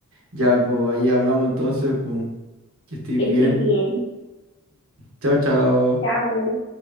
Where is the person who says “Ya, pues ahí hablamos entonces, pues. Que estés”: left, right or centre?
Right